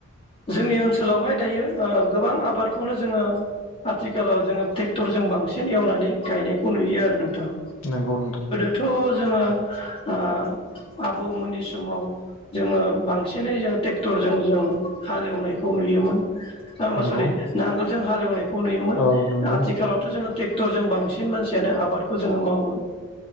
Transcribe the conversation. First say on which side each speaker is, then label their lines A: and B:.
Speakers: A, on the left; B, on the left.
A: जोंनि ओनसोलावहाय दायो गोबां आबादखौनो जोङो आथिखालाव जोङो ट्रेक्टरजों बांसिन एवनानै गायनायखौ नुयो आरो नोंथां
B: नंगौ नोंथां
A: थ' जोङो ओ आबौमोननि समाव जोङो बांसिनै जोङो ट्रेक्टरजों जों हालेवनायखौ नुयोमोन।
B: नंगौ
A: सरि नांगोलजों हालेवनायखौ नुयोमोन
B: औ नंगौ
A: आथिखालावथ' जोङो ट्रेक्टरजों बांसिन मानसियानो आबादखौ जोङो मावो